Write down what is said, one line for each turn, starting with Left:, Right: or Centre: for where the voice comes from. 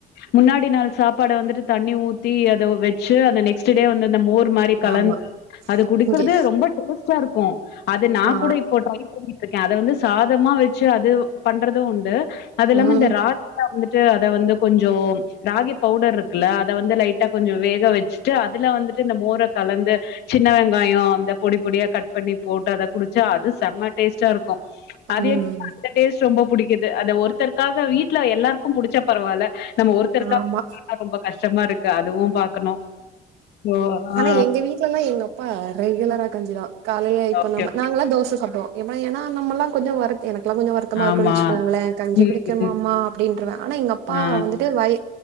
Left: முன்னாடி இரண்டு நாள் சாப்பாடை வந்துட்டு தண்ணி ஊத்தி அதை வச்சு அந்த நெக்ஸ்ட் டே வந்துட்டு இந்த மோர் மாதிரி கலந்து
Right: ஆமா
Left: அது குடிக்கிறது
Right: இங்கே
Left: ரொம்ப டோமஸ்ட் பிசியா இருக்கும் அது நா
Right: ஆ
Left: கூட இப்போ ட்ரை பண்ணினேன் இருக்கேன் அதை வந்து சாதமா வச்சு அது பண்றதும் உண்டு அது இல்லாம
Right: ம்
Left: இந்த ராஸ் தாப் வந்துட்டு அதை வந்து கொஞ்சம் ராகி பவுடர் இருக்குல்ல அத வந்து லைட்டா கொஞ்சம் வேக வச்சுட்டு அதுல வந்துட்டு இந்த மோரை கலந்து சின்ன வெங்காயம் அந்த பொடி பொடியா கட் பண்ணி போட்டு அத குடிச்சா அது செம்மை டேஸ்ட்டா இருக்கும் அது
Right: ம்
Left: என்ன அந்த டேஸ் ரொம்ப புடிக்குது அத ஒருத்தருக்காக வீட்டுல எல்லாருக்கும் புடிச்ச பரவாயில் நம்ம ஒருத்தருக்காகா
Right: ஆமா
Left: ரொம்ப கஷ்டமா இருக்கு அதுவும் பாக்கணும். ஓ!
Right: ஆனா
Left: ஆ.
Right: எங்க வீட்ல எல்லாம் எங்க அப்பா ரெகுலரா கஞ்சிதான் காலைய இப்போ
Left: ஓகே.
Right: நம்ம நாங்களல்லாம்தோச சாப்டுவோம் எப்ப ஏன்னா நம்மல்லாம் கொஞ்சம் ஓர்வுக்கு எனக்குெல்லாம் கொஞ்சம் வருத்தமா இருக்குன்னு
Left: ஆமா.
Right: வச்சுக்கோங்களேன் கஞ்சி
Left: ம்,
Right: குடிங்க மாமா
Left: ம்.
Right: அமா அப்டின்றுவேன் ஆனா எங்க அப்பா
Left: ஆ
Right: வந்துட்டு வய